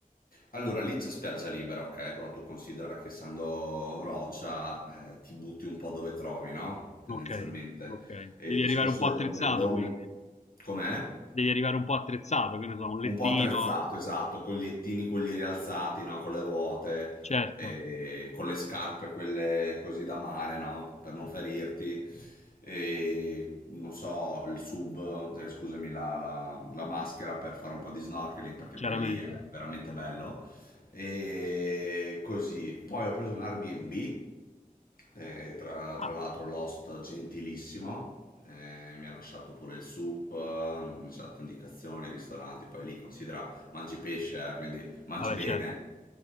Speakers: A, on the left; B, on the left.
A: Allora, lì c'è spiaggia libera, ok? Però tu considera che essendo roccia, eh, ti butti un po' dove trovi, no? Tendenzialmente.
B: Ok, ok.
A: E
B: Devi
A: il discorso
B: arrivare un po'
A: degli
B: attrezzato,
A: ombrelloni,
B: quindi.
A: com'è?
B: Devi arrivare un po' attrezzato, che ne so, un lettino,
A: Un po' attrezzato, esatto, con gli ettini quelli rialzati, no? Con le ruote,
B: certo,
A: e con le scarpe quelle così da mare, no? Per non ferirti. E non so, il sub, eh, scusami, la, la- la maschera per fare un po' di snorkeling, perché
B: chiaramente.
A: poi lì è veramente bello. E così. Poi ho preso un Airbnb eh, tra tra
B: Ah,
A: l'altro Lost gentilissimo, eh, mi ha lasciato pure il soup, eh, mi ci ha dato indicazioni, ristoranti, poi lì considera mangi pesce, eh, quindi mangi
B: vabbè,
A: bene,
B: certo,